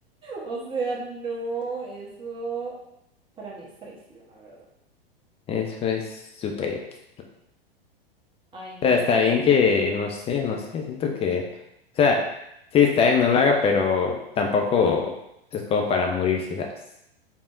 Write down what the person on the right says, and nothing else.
O sea, no, eso para mí es traición, la verdad.
Ay, no,
es que,